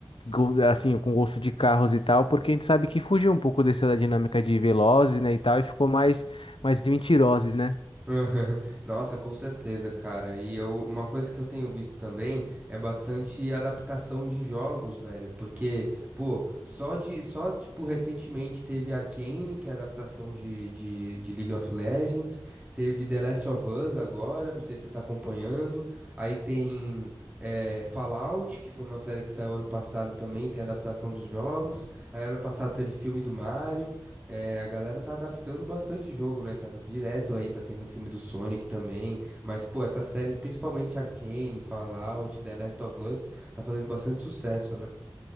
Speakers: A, on the left; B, on the right.
A: go- assim, com gosto de carros e tal, porque a gente sabe que fugiu um pouco dessa dinâmica de Velozes, né, e tal, e ficou mais, mais Mentirozes, né?
B: <laughs> Nossa, com certeza, cara. E eu, uma coisa que eu tenho visto também é bastante adaptação de jogos, velho. Porque, pô, só de, só, tipo, recentemente teve Arcane, que é adaptação de, de, de League of Legends. Teve The Last of Us agora, não sei se você tá acompanhando. Aí tem eh, Fallout, que foi uma série que saiu ano passado também, tem adaptação dos jogos. Aí ano passado teve filme do Mario. É, a galera tá adaptando bastante jogo, né? Tá, tá direto aí, tá tendo o filme do Sonic também. Mas, pô, essas séries, principalmente Arcane, Fallout, The Last of Us, tá fazendo bastante sucesso, né?